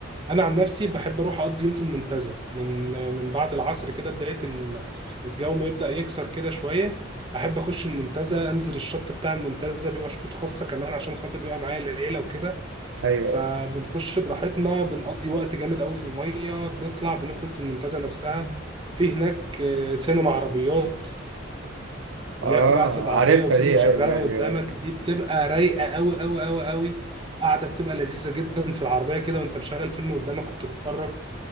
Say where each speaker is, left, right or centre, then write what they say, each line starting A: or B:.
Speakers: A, on the right; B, on the right.
A: انا عن نفسي بحب اروح اقضي يوم في المنتزه من من بعد العصر كده بدايه ال- الجو ما يبدا يكسر كده شويه احب اخش المنتزه انزل الشط بتاع المنتزه بيبقى شطوط خاصه كمان عشان خاطر بيبقى معايا العيله وكده
B: ايوه
A: فبنخش
B: أيوة.
A: براحتنا بنقضي وقت جامد قوي في الميه بنطلع بنخرج في المنتزه نفسها في هناك آه، سينما عربيات
B: اه
A: اللي هي بتبقى قاعد في العربيه
B: عارفها
A: وسينما
B: دي
A: شغاله
B: ايوه ايوه
A: قدامك دي بتبقى رايقه قوي قوي قوي قوي قاعده بتبقى لذيذه جدا في العربيه كده وانت مشغل فيلم قدامك وبتتفرج